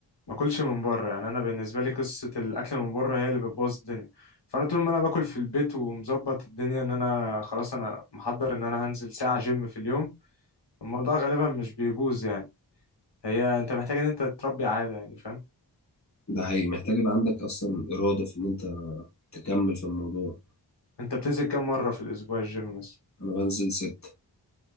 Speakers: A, on the left; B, on the left.
A: ما اكلش من بره يعني انا بالنسبه لي قصه الاكل من بره هي اللي بتبوظ الدنيا فانا طول ما انا باكل في البيت ومظبط الدنيا ان انا خلاص انا محضر ان انا هنزل ساعه جيم في اليوم الموضوع غالبا مش بيبوظ يعني هي انت محتاج ان انت تربي عاده يعني فاهم
B: ده حقيقي محتاج يبقى عندك أصلا إرادة في إن أنت تكمل في الموضوع
A: انت بتنزل كام مره في الاسبوع الجيم مثلا
B: أنا بنزل ست